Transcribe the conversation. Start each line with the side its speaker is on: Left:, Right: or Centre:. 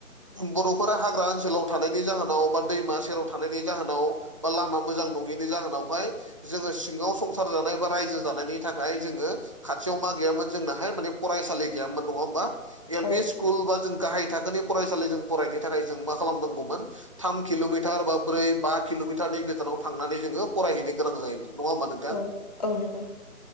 Right: बर'फोरा हाग्रा ओनसोलाव थानायनि जाहोनाव बा दैमा सेराव थानायनि जाहोनाव बा लामा मोजां नङिनि जाहोनावहाय जोङो सिङाव संसार जानाय बा रायजो जानायनि थाखाय जोंङो खाथियाव मा गै जोंना हाय फरायसालि गैयामोनङा हब
Left: औ
Right: एल सु स्कुल बा जों गाहाय थाखोनि फरायसालि जों फरायनो थाखाय जों मा खालामनांगौमोन थाम किल'मिटार बा ब्रै बा किल'मिटारनि गोजानाव थांनानै जोङो फरायहैनो गोनां जायोमोन नङा होमबा नोंथां
Left: औ औ नंगौ